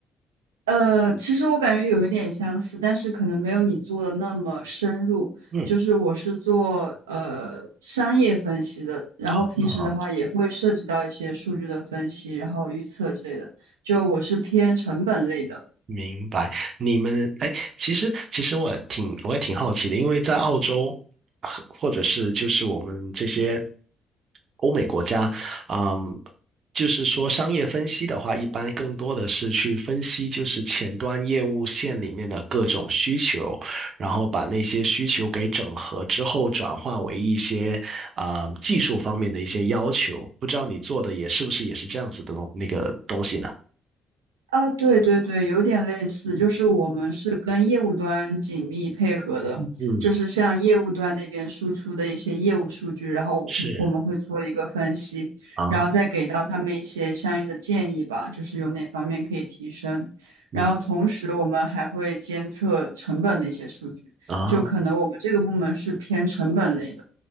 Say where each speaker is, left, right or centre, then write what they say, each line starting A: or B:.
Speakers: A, on the right; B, on the right.
A: 呃，其实我感觉有一点相似，但是可能没有你做的那么深入。
B: 嗯，
A: 就是我是做呃商业分析的，然后平时的话也会涉及到一些数据的分析，
B: 啊
A: 然后预测之类的。就我是偏成本类的。
B: 明白，你们哎，其实其实我挺我也挺好奇的，因为在澳洲，啊或者是就是我们这些欧美国家，嗯，就是说商业分析的话，一般更多的是去分析就是前端业务线里面的各种需求，然后把那些需求给整合之后，转化为一些啊、嗯技术方面的一些要求。不知道你做的也是不是也是这样子的东那个东西呢？
A: 啊，对对对，有点类似，就是我们是跟业务端紧密配合的，
B: 嗯，
A: 就是像业务端那边输出的一些业务数据，然后我们会做一个分析，
B: 是啊。
A: 然后再给到他们一些相应的建议吧，就是有哪方面可以提升。然后同时我们还会监测成本的一些数据，
B: 明啊，
A: 就可能我们这个部门是偏成本类的。